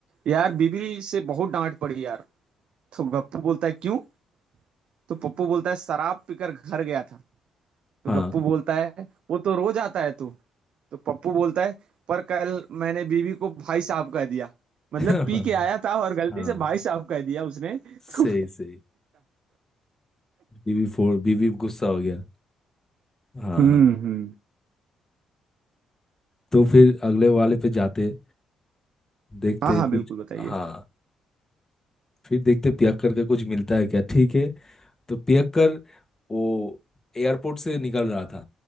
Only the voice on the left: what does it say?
हाँ
<laughs>
हाँ
सही
सही बीवी फोड़ बीवी गुस्सा हो गया हाँ
तो फिर अगले वाले पे जाते देखते
कुछ
हाँ फिर देखते पियक्कर का कुछ मिलता है क्या ठीक है तो पियक्कर वो एयरपोर्ट से निकल रहा था